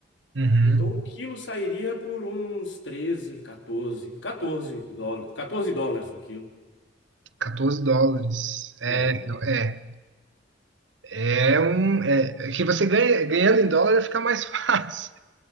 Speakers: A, on the right (about 85°); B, on the left (about 80°).
A: Uhum.
B: Então, um quilo sairia por uns 13, 14, 14 dólares, 14 dólares o quilo.
A: Quatorze dólares. É,
B: É.
A: é, é um. É, é que você ganha, ganhando em dólar fica mais <laughs> fácil.